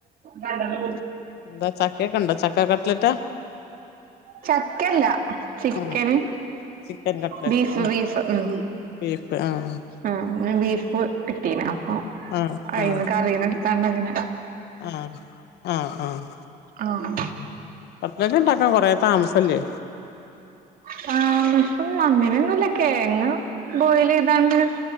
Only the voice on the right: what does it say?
ഗണ്ടലു
ചക്കല്ല ചിക്കന്
ബീഫ്
ബീഫ് ഉം
ആ ന്ന് ബീഫ് കിട്ടീന് അപ്പൊ
അയ്ന്ന്
കറീന്ന് ഇട്ത്താണ്ടങ്ങനെ
ആഹ്
താമസം അങ്ങനെ ഒന്നുല്ല കെഴങ്ങ് ബോയിലെയ്താണ്ട്